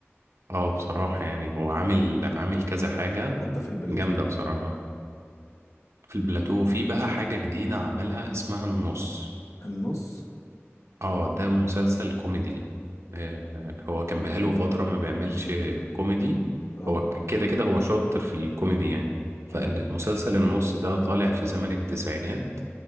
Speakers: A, on the right; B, on the left.
A: اه بصراحة يعني هو عامل عامل كذا حاجة
B: حتى في البلاتو
A: جامدة بصراحة في البلاتو في بقى حاجة جديدة عملها اسمها النص
B: النص
A: اه ده مسلسل كوميدي آه، آه، هو كان بقاله فترة ما بيعملش كوميدي
B: اه
A: هو كده كده هو شاطر في الكوميدي يعني فالمسلسل
B: اه
A: النص ده طالع في زمن التسعينات